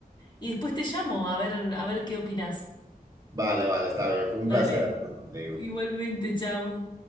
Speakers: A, on the left; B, on the right.
A: y después te llamo a ver, a ver qué opinas.
B: Vale, vale, está bien. Fue
A: Dale.
B: un placer hablar contigo.
A: Igualmente, chao.